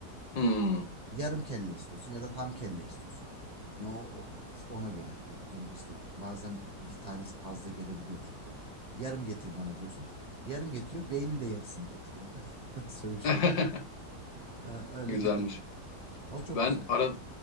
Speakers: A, on the left (about 70°); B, on the right (about 35°).
A: Hmm.
B: yarım kelle istiyorsun ya da tam kelle istiyorsun. Hani o, o- ona göre e, durum işte bazen bir tanesi fazla gelebiliyor çünkü. Yarım getir bana diyorsun. Yarım getiriyor. Beynin de yarısını getiriyor. <laughs> Söğüş
A: <laughs>
B: değil. Ee, öyle
A: Güzelmiş.
B: gidiyor. O çok
A: Ben
B: güzel.
A: ara,